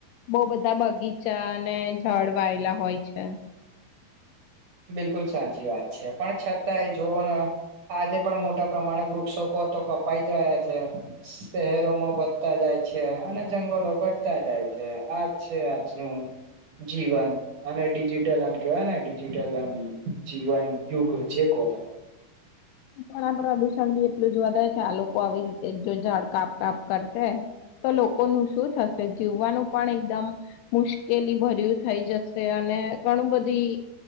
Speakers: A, on the left; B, on the right.
A: બહ બધા બગીચા અને જળ વાયેલા હોય છે
B: બિલકુલ સાચી વાત છે પણ છતાંય જોવો ને આજે પણ મોટા પ્રમાણે વૃક્ષકો તો કપાઈ જ રહ્યા છે શહેરોમાં વધતા જાય છે અને જંગલો ઘટતા જાય છે આજ છે આજનું જીવન અને ડિજિટલ એમ કેવાય ને જેટલમ જીવન યુગ જે કો તને
A: પણ આ પ્રદુષણ બી એટલું જ વધે છે આ લોકો આવી રીતે જો ઝાડ કાપ કાપ કરશે તો લોકોનું શું થશે જીવવાનું પણ એકદમ મુશ્કેલી ભર્યું થઇ જશે અને ઘણું બધી